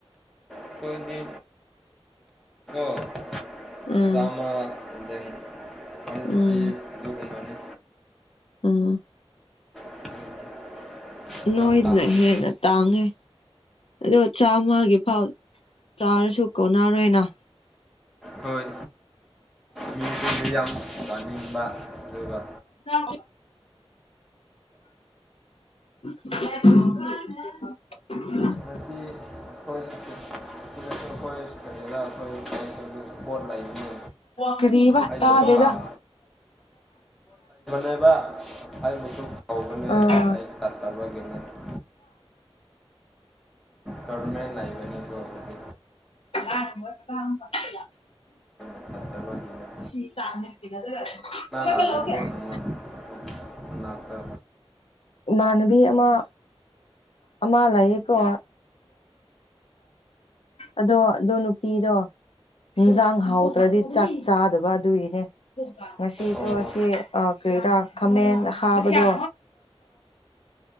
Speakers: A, in the centre; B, on the left.
A: ꯑꯩꯈꯣꯏꯗꯤ <unintelligible>
B: ꯎꯝ
A: ꯆꯥꯝꯃ <unintelligible> ꯑꯥꯟ
B: ꯎꯝ
A: ꯐꯤꯐꯇꯤ ꯑꯗꯨꯒꯨꯝꯕꯅꯤ
B: ꯎꯝ
A: ꯎꯝ,
B: ꯅꯣꯏꯗꯅ
A: ꯌꯥꯝ ꯇꯥꯡꯉꯤ
B: ꯍꯦꯟꯅ ꯇꯥꯡꯉꯦ ꯑꯗꯣ ꯆꯥꯝꯃꯒꯤꯐꯥꯎ ꯆꯥꯔꯁꯨ ꯀꯣꯟꯅꯔꯣꯏꯅ
A: ꯍꯣꯏ ꯃꯤ <unintelligible> ꯌꯥꯝ ꯆꯥꯅꯤꯡꯕ ꯑꯗꯨꯒ
B: <unintelligible> <unintelligible>
A: ꯍꯥꯏꯕꯗꯤ ꯑꯩꯈꯣꯏ ꯑꯩꯈꯣꯏ ꯀꯔꯤꯔꯥ ꯑꯩꯈꯣꯏ <unintelligible> ꯂꯩꯕꯅꯦ
B: ꯀꯔꯤꯕ
A: ꯑꯩꯗꯤ
B: ꯇꯥꯗꯦꯗ
A: ꯁꯨꯝ ꯂꯥꯛ ꯅꯦꯕ ꯑꯩꯕꯨꯁꯨ ꯐꯥꯎꯕꯅꯦ
B: ꯑꯥ
A: ꯑꯩ <unintelligible> ꯒꯕꯔꯃꯦꯟ ꯂꯩꯕꯅꯤꯀꯣ ꯍꯧꯖꯤꯛ
B: <unintelligible>
A: ꯐꯠꯇꯕꯅꯤ
B: ꯁꯤ ꯀꯥꯥꯟꯅꯤ <unintelligible>
A: ꯂꯥꯛꯂꯤꯕ꯭ꯔꯣ ꯅꯪꯉꯣꯟ ꯅꯅꯥꯛꯇ
B: ꯏꯃꯥꯟꯅꯕꯤ ꯑꯃ ꯑꯃꯥ ꯂꯩꯌꯦꯀꯣ ꯑꯗꯣ ꯑꯗꯣ ꯅꯨꯄꯤꯗꯣ ꯏꯟꯖꯥꯡ ꯍꯥꯎꯇ꯭ꯔꯗꯤ ꯆꯥꯛ ꯆꯥꯗꯕ ꯑꯗꯨꯏꯅꯦ ꯉꯁꯤꯁꯨ
A: ꯑꯣ ꯑꯣ
B: ꯑꯁꯤ
A: ꯑꯣ ꯑꯣ ꯑꯣ
B: ꯑ ꯀꯔꯤꯔꯥ ꯈꯥꯃꯦꯟ ꯑꯈꯥꯕꯗꯣ